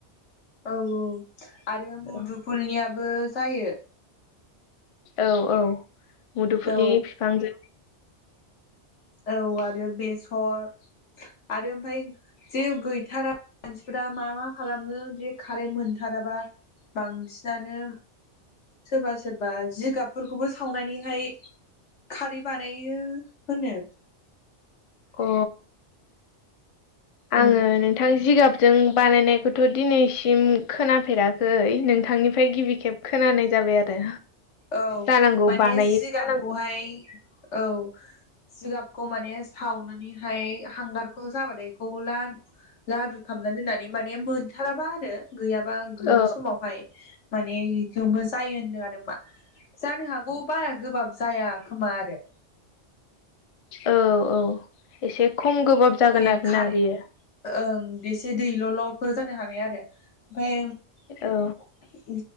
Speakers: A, on the left (about 80°); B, on the left (about 60°).
A: औ औ आरो मुदुफुलनियाबो
B: औ
A: जायो
B: औ औ मुदुफुलनि
A: औ
B: बिफांजों
A: औ आरो बेसर आरो ओमफ्राय जे गैथाराबा मानसिफ्रा मा मा खालामनो जे कारेन्ट मोनथाराबा बांसिनानो सोरबा सोरबा जिगाब फोरफोरखौबो सावनानैहाय खारै बानायो होनो
B: अ
A: औ
B: आङो नोंथां जिगाबजों बानायनायखौथ' दिनैसिम खोनाफेराखै नोंथांनि ओमफ्राय गिबि खेब खोनानाय जाबाय आरो
A: औ
B: जानांगौ
A: माने
B: बानायो
A: जिगाबखौहाय
B: जानांगौ
A: औ जिगाबखौ माने सावनानैहाय हांगारखौ जाबाथाय गला लादु खालामना दोननानै माने मोनथाराबा आरो गैयाबा गैयि
B: औ
A: समावहाय माने बेखौबो जायो होन्दों आरो मा जानो हागौ बारा गोबाब जाया खोमा आरो
B: औ औ एसे खम गोबाब जागोन
A: बे
B: आरोना
A: खारै
B: बेयो
A: ओं एसे दैल'ल'फोर जानो हानाय आरो ओमफ्राय
B: औ